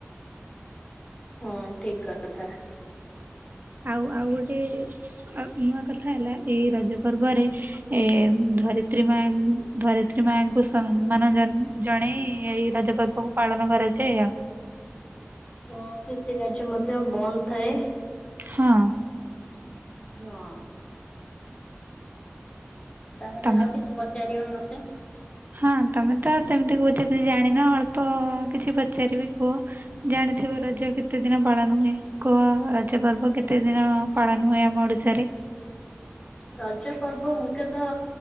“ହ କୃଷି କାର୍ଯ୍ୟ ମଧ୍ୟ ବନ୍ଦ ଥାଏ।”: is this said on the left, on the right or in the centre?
Left